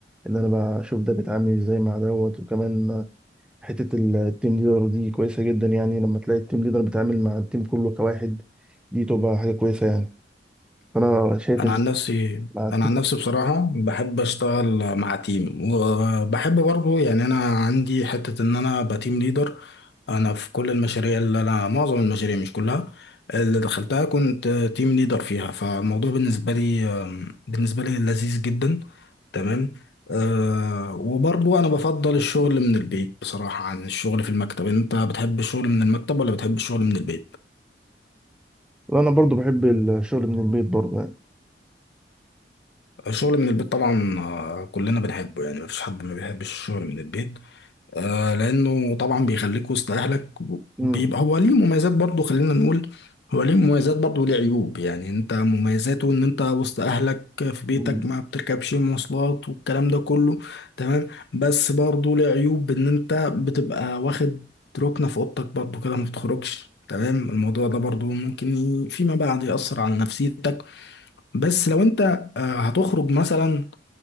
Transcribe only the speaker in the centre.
ان انا بقى اشوف ده بيتعامل ازاي مع دوت وكمان حته ال- التيم ليدر دي كويسه جدا يعني لما تلاقي التيم ليدر بيتعامل مع التيم كله كواحد دي تبقى حاجه كويسه يعني فانا شايف
ان
مع التيم
لا انا برضو بحب الشغل من البيت برضو يعني
امم
مم.